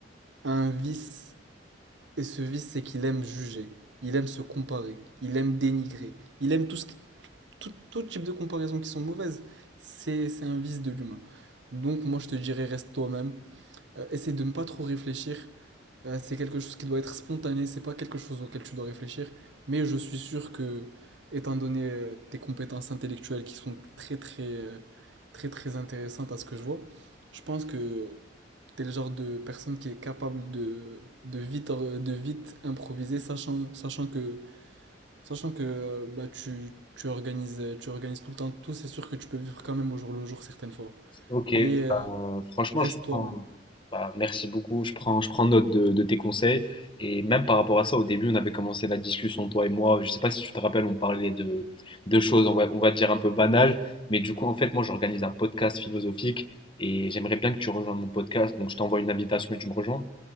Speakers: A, on the right; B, on the left.
A: a un vice, et ce vice, c'est qu'il aime juger, il aime se comparer, il aime dénigrer, il aime tout, ce qui- tout, tout type de comparaisons qui sont mauvaises. C'est c'est un vice de l'humain. Donc moi, je te dirais, reste toi-même, euh, essaie de ne pas trop réfléchir. Euh, c'est quelque chose qui doit être spontané, c'est pas quelque chose auquel tu dois réfléchir. Mais je suis sûr que, étant donné euh, tes compétences intellectuelles qui sont très très euh, très très intéressantes à ce que je vois, je pense que tu es le genre de personne qui est capable de, de vite, or- de vite improviser, sachant, sachant que, sachant que euh, bah, tu, tu organises, euh, tu organises tout le temps tout. C'est sûr que tu peux vivre quand même au jour le jour certaines fois.
B: OK,
A: Mais euh,
B: ben, franchement,
A: reste
B: je
A: toi-même.
B: prends, bah, merci beaucoup. Je prends, je prends note de, de tes conseils. Et même par rapport à ça, au début, on avait commencé la discussion, toi et moi. Je sais pas si tu te rappelles, on parlait de, de choses, on va, on va dire un peu banales. Mais du coup, en fait, moi, j'organise un podcast philosophique et j'aimerais bien que tu rejoignes mon podcast. Donc, je t'envoie une invitation et tu me rejoins.